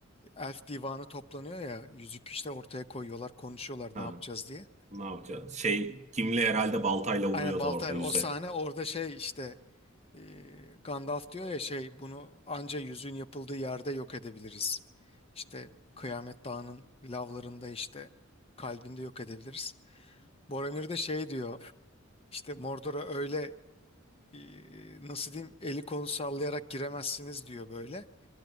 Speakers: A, on the left; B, on the right.
A: Elf divanı toplanıyor ya yüzük işte ortaya koyuyorlar konuşuyorlar
B: Ha.
A: ne yapacağız diye.
B: Ne yapacağız? Şey Gimli herhalde baltayla vuruyordu
A: Aynen Baltayr
B: orada yüze.
A: o sahne orada şey işte e, Gandalf diyor ya şey bunu anca yüzüğün yapıldığı yerde yok edebiliriz. İşte Kıyamet Dağı'nın lavlarında işte kalbinde yok edebiliriz. Boromir de şey diyor işte Mordor'a öyle e, nasıl diyeyim eli kolu sallayarak giremezsiniz diyor böyle.